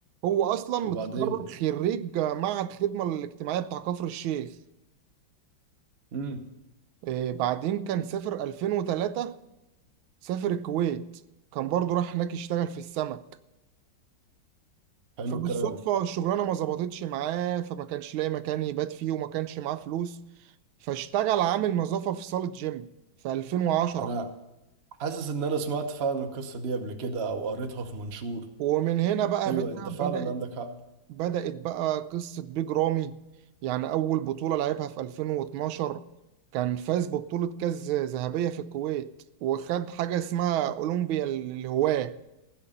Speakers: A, on the right (about 80°); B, on the right (about 55°).
A: هو اصلا متخرج
B: وبعدين
A: خريج آه، معهد الخدمه الاجتماعيه بتاع كفر الشيخ
B: امم
A: آه، بعدين كان سافر 2003 سافر الكويت كان برضه راح هناك يشتغل في السمك
B: حلو
A: فبالصدفة
B: الكلام
A: الشغلانة ما ظبطتش معاه فما كانش لاقي مكان يبات فيه وما كانش معاه فلوس فاشتغل عامل نظافة في صالة جيم في 2010
B: انا حاسس ان انا سمعت فعلا القصة دي قبل كده او قريتها في منشور
A: ومن هنا بقى يا
B: ايوه
A: باشا
B: انت فعلا
A: بدأت
B: عندك حق
A: بدأت بقى قصة بيج رامي يعني أول بطولة لعبها في 2012 كان فاز ببطولة كاس ذهبية في الكويت وخد حاجة اسمها أولمبيا للهواة